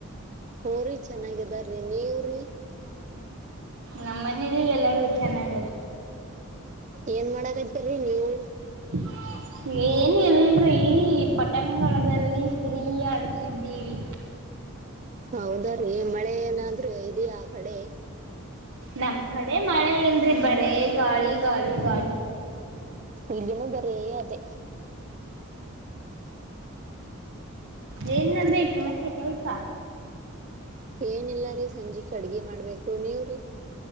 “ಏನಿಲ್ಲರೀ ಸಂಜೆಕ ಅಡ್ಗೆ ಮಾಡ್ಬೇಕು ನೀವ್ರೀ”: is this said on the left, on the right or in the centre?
Right